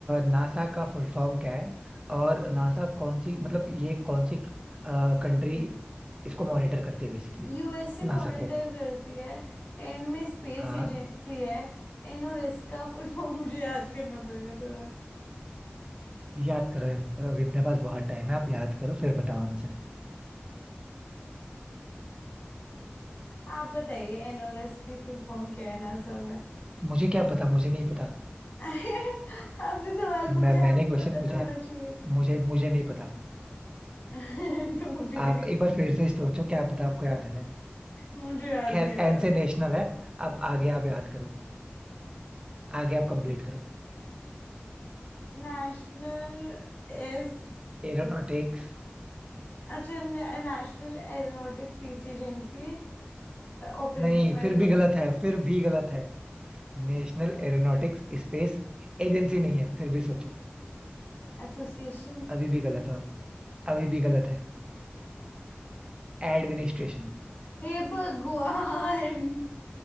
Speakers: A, on the right; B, on the left.
A: नासा का फुल फॉर्म क्या है और नासा कौन सी मतलब ये कौन सी कंट्री इसको मॉनिटर करती है बेसिकली
B: यूएसए
A: नासा
B: मॉनिटर
A: को
B: करती है एंड में स्पेस
A: हाँ
B: एजेंसी है एनओएस का फुल फॉर्म मुझे याद करना पड़ेगा थोड़ा
A: याद करो याद करो अभी अपने पास बहुत टाइम है आप याद करो फिर बताओ आंसर
B: आप बताइए एनओएस की फुल फॉर्म क्या है नासा
A: मुझे क्या पता मुझे नहीं पता
B: <laughs> अरे आपने सवाल पूछा
A: मैं मैंने
B: आपको
A: क्वेश्चन
B: पता
A: पूछा
B: तो होना
A: है
B: चाहिए
A: मुझे मुझे नहीं पता
B: <laughs> तो मुझे भी
A: आप
B: नहीं
A: एक
B: पता
A: बार फिर से सोचो क्या पता आपको याद आ जाए
B: मुझे याद
A: खैर
B: नहीं आ
A: एन
B: रहा
A: से नेशनल है अब आगे आप याद करो आगे आप कंप्लीट करो
B: नेशनल एस
A: एरोनॉटिक्स
B: अच्छा National aeronautics space agency Operated
A: नहीं
B: by
A: फिर
B: USA
A: भी गलत है फिर भी गलत है नेशनल एरोनॉटिक्स स्पेस एजेंसी नहीं है फिर भी सोचो
B: Association
A: अभी भी गलत हो आप अभी भी गलत है एडमिनिस्ट्रेशन
B: हे भगवान